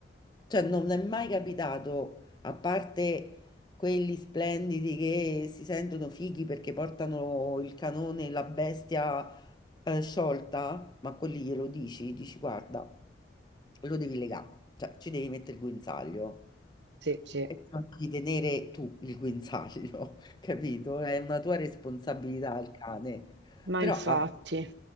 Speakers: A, on the left (about 25°); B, on the right (about 75°).
A: Cioè, non è mai capitato, a parte quelli splendidi che si sentono fighi perché portano il canone, la bestia eh, sciolta, ma quelli glielo dici, dici guarda, lo devi legare, cioè ci devi mettere il guinzaglio,
B: Sì, sì.
A: non devi tenere tu il guinzaglio, <laughs> capito? È una tua responsabilità il cane.
B: Ma
A: Però
B: infatti,
A: a